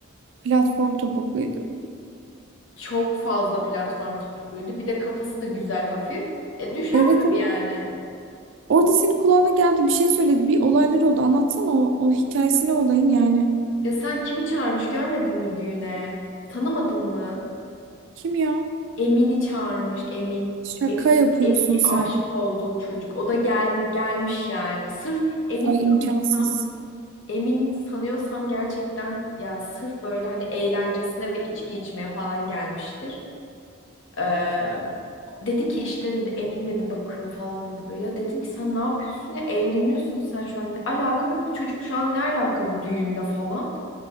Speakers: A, on the right; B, on the left.
A: Platform topukluydu.
B: Çok fazla platform topukluydu. Bir de kafası da güzel hafif. E düşer
A: Evet
B: tabii
A: ama
B: yani.
A: orada senin kulağına geldi bir şey söyledi. Bir olaylar oldu. Anlatsana o, o hikayesini olayın yani.
B: Ya sen kimi çağırmış görmedin mi düğüne? Tanımadın mı?
A: Kim ya?
B: Emin'i çağırmış Emin.
A: Şaka
B: Eski
A: yapıyorsun
B: eski
A: sen.
B: aşık olduğu çocuk. O da gel, gelmiş yani. Sırf Emin'i
A: Ay
B: tanıyorsam,
A: imkansız.
B: Emin'i tanıyorsam gerçekten yani sırf böyle hani eğlencesine ve içki içmeye falan gelmiştir. Ee, dedi ki işte dedi Emin dedi bakıyor falan dedi böyle. Ya dedim ki sen ne yapıyorsun ya evleniyorsun sen şu an ne alaka ve bu çocuk şu an ne alaka bu düğünde falan.